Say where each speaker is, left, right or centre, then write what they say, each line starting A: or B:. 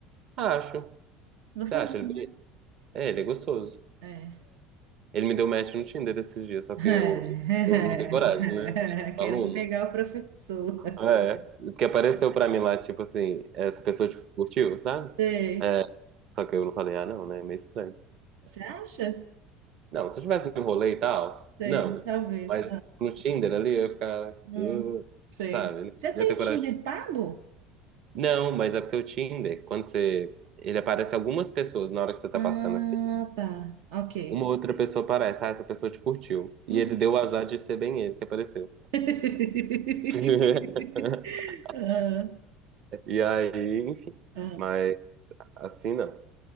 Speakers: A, on the right; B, on the right.
A: Ah, acho.
B: Gostosinho,
A: Você acha? Ele
B: né?
A: É, ele é gostoso.
B: É.
A: Ele me deu match no Tinder esses dias, só que
B: <laughs>
A: eu, eu não tenho coragem, né?
B: Querendo
A: Aluno.
B: pegar o professor.
A: É, porque apareceu pra mim lá, tipo assim, essa pessoa te curtiu, sabe?
B: Sei.
A: É, só que eu não falei, ah, não, né? É meio estranho.
B: Você acha?
A: Não, se eu tivesse no rolê e tal,
B: Sei,
A: não.
B: talvez.
A: Mas no Tinder ali eu ia ficar,
B: Hum,
A: uh,
B: sei.
A: sabe?
B: Você
A: Não
B: tem
A: ia ter
B: o
A: coragem.
B: Tinder pago?
A: Não, mas é porque o Tinder, quando você. Ele aparece algumas pessoas na hora que você tá
B: Ah,
A: passando assim.
B: tá. Ok.
A: Uma outra pessoa aparece, ah, essa pessoa te curtiu. E
B: Uhum.
A: ele deu o azar de ser bem ele que apareceu.
B: <laughs>
A: <laughs>
B: Ah,
A: E aí, enfim.
B: ah,
A: Mas assim não.